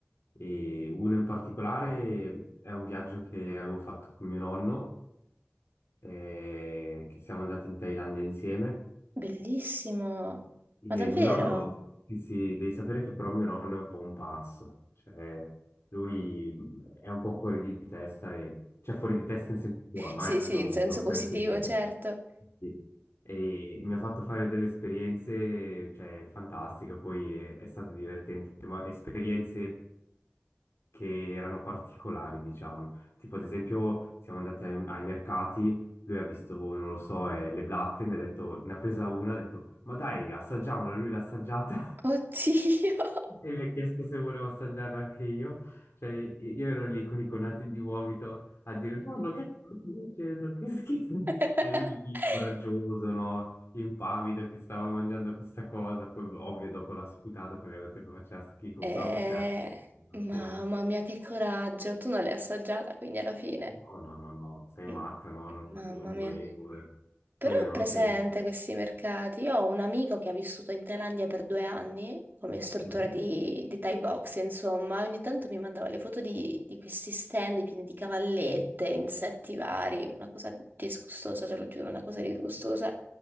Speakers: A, on the left; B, on the right.
A: E uno in particolare è un viaggio che avevo fatto con mio nonno, eh, che siamo andati in Thailandia insieme.
B: bellissimo.
A: Sì,
B: Ma davvero?
A: mio nonno, sì, sì, devi sapere che però mio nonno è un po' un pazzo, cioè lui è un po' fuori di testa, e, cioè fuori di testa in senso buono,
B: Sì,
A: eh,
B: sì,
A: non,
B: in senso
A: non
B: positivo,
A: fa intendere.
B: certo.
A: Sì. E mi ha fatto fare delle esperienze, cioè, fantastiche, poi è, è stato divertente, ma esperienze che erano particolari, diciamo. Tipo, ad esempio, siamo andati ai, ai mercati lui ha visto, non lo so, eh, le blatte, mi ha detto, ne ha presa una, ha detto, ma dai, assaggiamola, lui l'ha assaggiata
B: Oddio.
A: <laughs> e mi ha chiesto se volevo assaggiarla anche io. Cioè, io ero lì con i conati di vomito a dire, no, no, che sto facendo, che schifo.
B: <laughs>
A: E lui lì, coraggioso, no, impavido, che stava mangiando questa cosa, poi ovvio dopo l'ha sputato perché ha detto che faceva schifo,
B: Eh,
A: però faceva una
B: mamma
A: scena.
B: mia, che coraggio! Tu non l'hai assaggiata, quindi alla fine.
A: No, no, no, no, sei
B: Mm,
A: matta, no, no, no,
B: Mamma
A: non volevo.
B: mia.
A: eh. Poi
B: Però
A: ero
B: ho presente
A: anche...
B: questi mercati. Io ho un amico che ha vissuto in Thailandia per due anni come istruttore
A: Mhm.
B: di, di Thai box, insomma, ogni tanto mi mandava le foto di, di questi stand pieni di cavallette, insetti vari, una cosa disgustosa, te lo giuro, una cosa disgustosa.